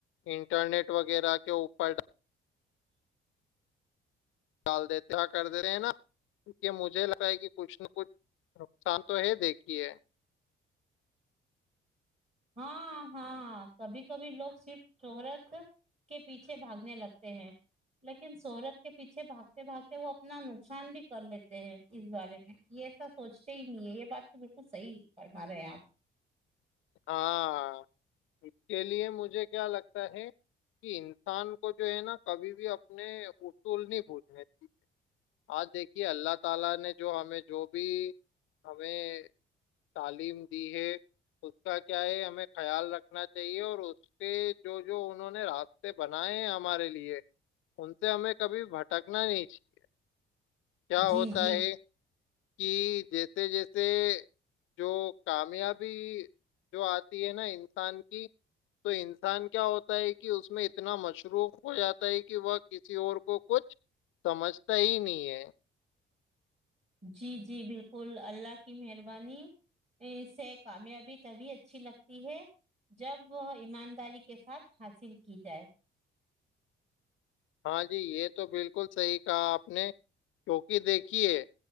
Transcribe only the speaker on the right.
ہاں ہاں کبھی کبھی لوگ صرف شہرت کے پیچھے بھاگنے لگتے ہیں لیکن شہرت کے پیچھے بھاگتے بھاگتے وہ اپنا نقصان بھی کر لیتے ہیں اس بارے میں یہ ایسا سوچتے ہی نہیں ہے یہ بات تو بالکل صحیح کرما رہے آپ
جی جی
جی جی بالکل اللہ کی مہربانی سے کامیابی تبھی اچھی لگتی ہے جب وہ ایمانداری کے ساتھ حاصل کی جائے